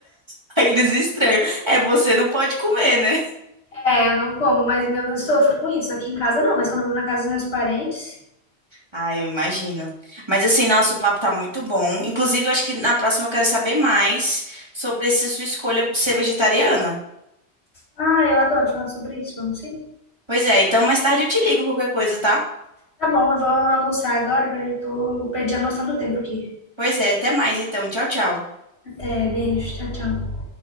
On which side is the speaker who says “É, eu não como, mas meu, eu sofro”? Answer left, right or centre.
Left